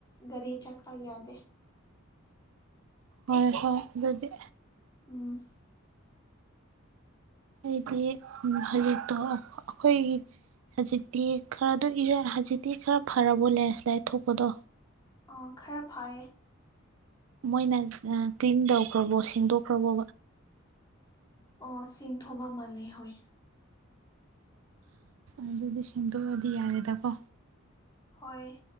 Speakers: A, on the left (about 20°); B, on the right (about 70°).
A: ꯒꯥꯔꯤ ꯆꯠꯄ ꯌꯥꯗꯦ
B: ꯍꯣꯏ ꯍꯣꯏ ꯑꯗꯨꯗꯤ
A: ꯎꯝ
B: ꯑꯩꯗꯤ ꯍꯧꯖꯤꯛꯇꯣ ꯑꯩꯈꯣꯏ ꯍꯧꯖꯤꯛꯇꯤ ꯈꯔꯗ ꯍꯧꯖꯤꯛꯇꯤ ꯈꯔ ꯐꯔꯕꯣ ꯂꯦꯟꯁ꯭ꯂꯥꯏꯠ ꯊꯣꯛꯄꯗꯣ
A: ꯑ ꯈꯔ ꯐꯩ
B: ꯃꯣꯏꯅ ꯀ꯭ꯂꯤꯟ ꯇꯧꯈ꯭ꯔꯕꯣ ꯁꯦꯡꯗꯣꯛꯈ꯭ꯔꯕꯣ
A: ꯑꯣ ꯁꯤꯡ ꯊꯣꯕ ꯃꯥꯜꯂꯦ ꯍꯣꯏ
B: ꯑꯗꯨꯗꯤ ꯁꯦꯝꯗꯣꯛꯑꯗꯤ ꯌꯥꯔꯦꯗꯀꯣ
A: ꯍꯣꯏ